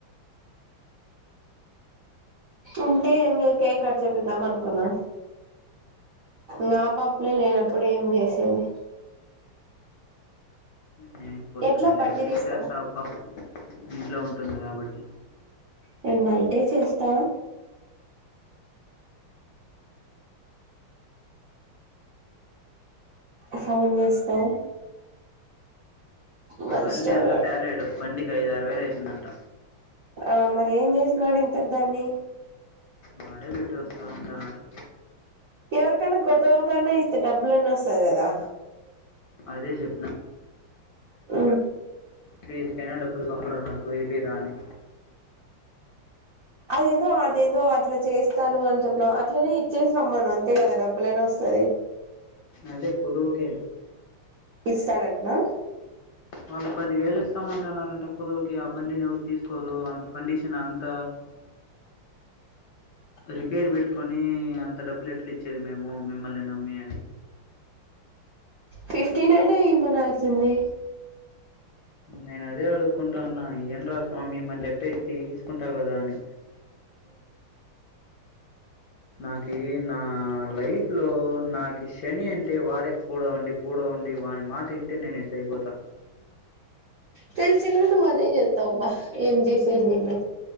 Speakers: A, on the right; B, on the left.
A: ఉంటే ఏమ్ లే కేక్ కట్ చేపిద్దాం అనుకున్నా ఇంగా ఆ పాప్లే లేనప్పుడు ఏం చేసేది?
B: నేను పొద్దున్న
A: ఎట్లా
B: లేచి
A: బండి
B: విష్
A: తీసుకో
B: చేశాఅప్ప ఇంట్లో ఉంటుంది కాబట్టి
A: నేను నైటే చేస్తా. ఫోన్ చేస్తా మంచిోడు
B: బండి అంతా తేలేడు బండికి ఐదు ఆరు వేలు అయితుందంట
A: ఆ మరి ఏం చేసినాడు ఇంతకు దాన్ని
B: వాడే పెట్టి వస్తా అంటున్నాడు.
A: ఎవరికైనా కొదవు కన్నా ఇస్తే డబ్బులన్నా వస్తది కదా
B: అదే జెప్పిన
A: ఆ
B: ఫీస్ కైనా డబ్బులు కావాలి రా ఏపీయ్ రా అనీ
A: అదేదో అదేందో అట్లా చేస్తారు అని చెప్పినవ్ అట్లనే ఇచ్చేసి రమ్మను అంతే కదా డబ్బులైనా వస్తది.
B: అదే కొదువుకే
A: కిస్తాడంటానా?
B: వాళ్ళు పది వేలు ఇస్తామంటన్నారంట కుదువుకి ఆ బండిని ఎవరు తీసుకోరు అంత కండిషన్ న అంత రిపేర్ పెట్టుకొని అంత డబ్బులు ఎట్లా ఇచ్చేది మేము మిమ్మల్ని నమ్మి అని
A: ఫిఫ్టీనైన ఇమనాల్సింది
B: నేను అదే అడుకుంటాన్నా ఇయ్యండ్రా స్వామి మళ్ళీ ఎట్ట తీ తీసుకుంటా కదా అని నాకి నా లైఫ్ లో నాకి శని అంటే వాడే కూ ఉండి కూడా ఉండి ండి వాని మాట ఇంటే నేను ఇట్ల అయిపోతా
A: తెల్సి ను అదే చెత్తవు అబ్బ ఏం జసేది నిన్ను